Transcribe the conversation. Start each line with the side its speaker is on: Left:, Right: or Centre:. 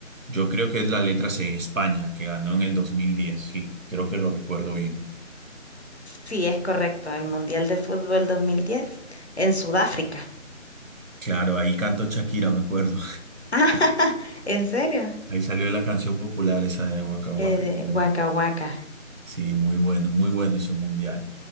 Right: Yo creo que es la letra C, España, que ganó en el dos mil diez sí, creo que lo recuerdo bien.
Left: Sí, es correcto, el Mundial de Fútbol 2010 en Sudáfrica. <laughs>
Right: Claro, ahí cantó Shakira, me acuerdo.
Left: Ah, ¿en serio?
Right: Ahí salió la canción popular esa de Waka Waka.
Left: Eh,
Right: creo.
Left: guaca, guaca.
Right: Sí, muy bueno, muy bueno ese mundial.